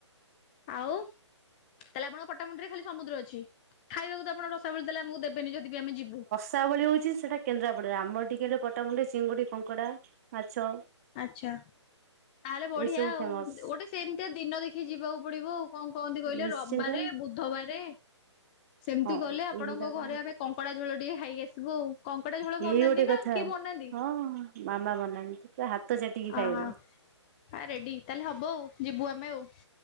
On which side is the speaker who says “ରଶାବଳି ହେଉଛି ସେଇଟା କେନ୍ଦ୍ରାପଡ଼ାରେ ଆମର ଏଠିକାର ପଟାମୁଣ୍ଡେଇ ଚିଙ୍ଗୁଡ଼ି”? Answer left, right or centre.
Right